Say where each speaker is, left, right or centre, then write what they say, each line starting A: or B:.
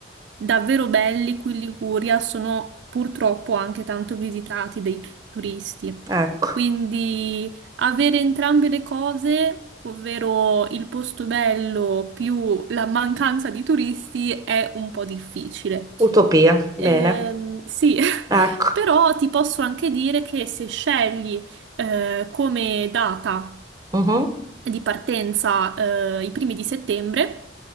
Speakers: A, on the right; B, on the right.
A: davvero belli qui in Liguria sono purtroppo anche tanto visitati dai turisti.
B: ecco,
A: Quindi avere entrambe le cose, ovvero il posto bello più la mancanza di turisti, è un po' difficile.
B: utopia. Bene.
A: Ehm, sì, <laughs>
B: Ecco.
A: Però ti posso anche dire che se scegli eh, come data
B: Mhm.
A: di partenza eh, i primi di settembre,